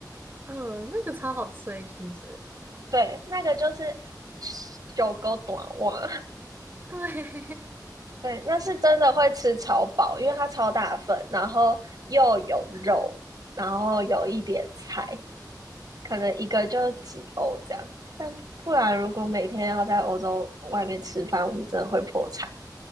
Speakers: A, on the right (about 30°); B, on the right (about 60°).
A: 嗯、那个超好吃诶、其实。
B: 对，那个就是小狗短袜。
A: 对
B: 对，那是真的会吃超饱，因为它超大份，然后又有肉，然后有一点菜，可能一个就几欧这样。但不然，如果每天要在欧洲外面吃饭，我们真的会破产